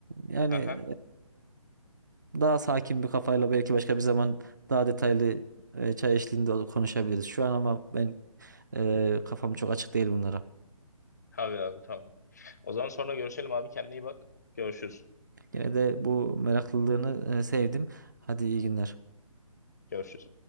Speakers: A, on the right (about 30°); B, on the left (about 30°).
A: Yani
B: Haha.
A: e, daha sakin bir kafayla belki başka bir zaman daha detaylı e, çay eşliğinde konuşabiliriz. Şu an ama ben ee, kafam çok açık değil bunlara.
B: Tabii abi tamam. O zaman sonra görüşelim abi kendine iyi bak. Görüşürüz.
A: Yine de bu meraklılığını e, sevdim. Hadi iyi günler.
B: Görüşürüz.